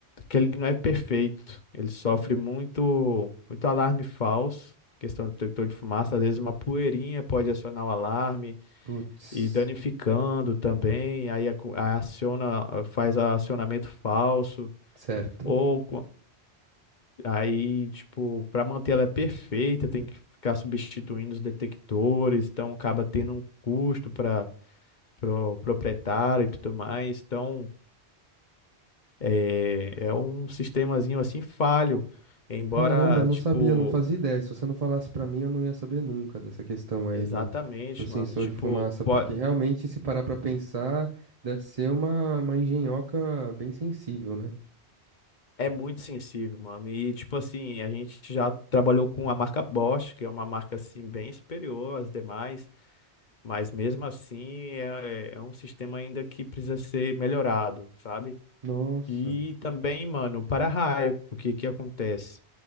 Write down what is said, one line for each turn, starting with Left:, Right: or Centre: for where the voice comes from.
Left: que ele não é perfeito. Ele sofre muito, muito alarme falso. Questão do detector de fumaça, às vezes uma poeirinha pode acionar o alarme
Right: Putz,
Left: e danificando também, aí acu- aí aciona, faz acionamento falso.
Right: certo.
Left: Ou co- aí, tipo, para manter ela é perfeita, tem que ficar substituindo os detectores, então acaba tendo um custo para o proprietário e tudo mais. Então, é, é um sistemazinho assim falho, embora,
Right: Caramba, não
Left: tipo,
Right: sabia, não fazia ideia. Se você não falasse pra mim, eu não ia saber nunca dessa questão aí
Left: exatamente,
Right: do, do sensor
Left: mano, tipo,
Right: de fumaça,
Left: po-
Right: porque realmente, se parar pra pensar, deve ser uma, uma engenhoca bem sensível, né?
Left: é muito sensível, mano. E, tipo assim, a gente já trabalhou com a marca Bosch, que é uma marca, assim, bem superior às demais. Mas mesmo assim é, é é um sistema ainda que precisa ser melhorado, sabe?
Right: Nossa,
Left: E também, mano, o para-raio, o que que acontece?